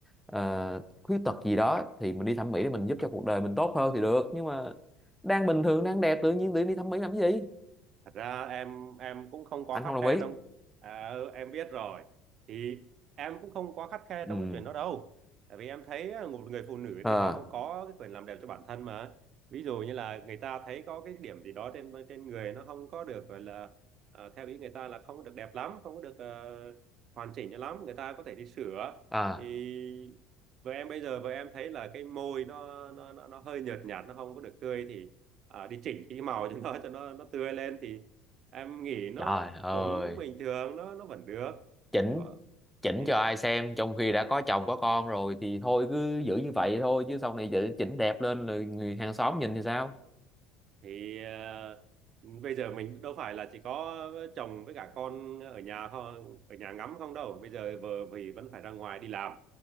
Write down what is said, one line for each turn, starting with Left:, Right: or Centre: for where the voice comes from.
Centre: ờ, khuyết tật gì đó thì mình đi thẩm mỹ để mình giúp cho cuộc đời mình tốt hơn thì được nhưng mà đang bình thường đang đẹp tự nhiên tự đi thẩm mỹ làm cái gì
Right: thật ra em em cũng không quá
Centre: anh
Right: khắt
Centre: không đồng
Right: khe
Centre: ý
Right: trong à, ừ, em biết rồi thì em cũng không quá khắt khe
Centre: ừ
Right: trong cái chuyện đó đâu tại vì em thấy á, một người phụ nữ
Centre: Ờ.
Right: thì họ cũng có cái quyền làm đẹp cho bản thân mà ví dụ như là người ta thấy có cái điểm gì đó trên trên người nó không có được gọi là à, theo ý người ta là không được đẹp lắm không có được ờ, hoàn chỉnh cho lắm người ta có thể đi sửa
Centre: à
Right: thì vợ em bây giờ vợ em thấy là cái môi nó nó nó, nó hơi nhợt nhạt nó không có được tươi thì à, đi chỉnh cái màu cho nó cho nó nó tươi lên thì em nghĩ nó
Centre: trời ơi
Right: cũng bình thường nó nó vẫn được
Centre: chỉnh
Right: có
Centre: chỉnh
Right: ừ.
Centre: cho ai xem trong khi đã có chồng có con rồi thì thôi cứ giữ như vậy thôi chứ sau này chỉnh chỉnh đẹp lên rồi người hàng xóm nhìn thì sao
Right: thì ờ, bây giờ mình đâu phải là chỉ có chồng với cả con ở nhà không ở nhà ngắm không đâu bây giờ vợ vì vẫn phải ra ngoài đi làm